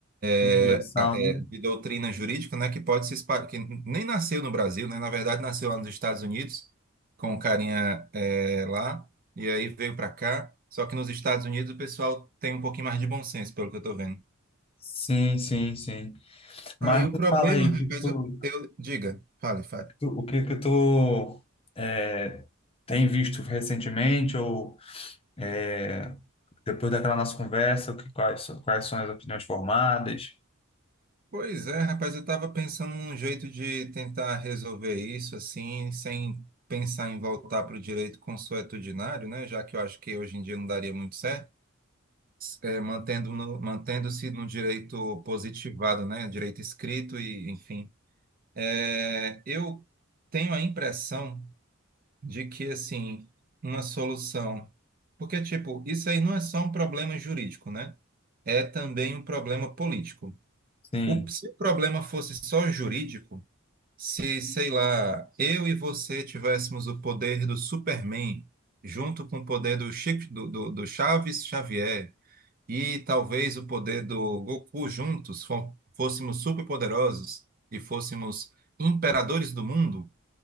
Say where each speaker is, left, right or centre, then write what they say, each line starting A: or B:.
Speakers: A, on the left; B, on the right.
A: Universal,
B: é, a- é,
A: né?
B: de doutrina jurídica, né, que pode se espalhar, que nem nasceu no Brasil, né, na verdade nasceu lá nos Estados Unidos, com um carinha é, lá, e aí veio para cá, só que nos Estados Unidos o pessoal tem um pouquinho mais de bom senso, pelo que eu tô vendo.
A: Sim, sim, sim. Mas
B: Aí o
A: me
B: problema,
A: fala aí,
B: rapaz,
A: o que que tu,
B: eu, eu- diga, fale, fale.
A: O que que tu é, tem visto recentemente ou é, depois daquela nossa conversa, o que, quais, quais são as opiniões formadas?
B: Pois é, rapaz, eu tava pensando num jeito de tentar resolver isso, assim, sem pensar em voltar para o direito consuetudinário, né, já que eu acho que hoje em dia não daria muito certo. é, mantendo no- mantendo-se no direito positivado, né? Direito escrito e, enfim. É, eu tenho a impressão de que, assim, uma solução... Porque, tipo, isso aí não é só um problema jurídico, né? É também um problema político.
A: Sim.
B: O, se o problema fosse só jurídico, se, sei lá, eu e você tivéssemos o poder do Superman junto com o poder do Chico, do, do do Chaves Xavier, e talvez o poder do Goku juntos fo- fôssemos superpoderosos e fôssemos imperadores do mundo,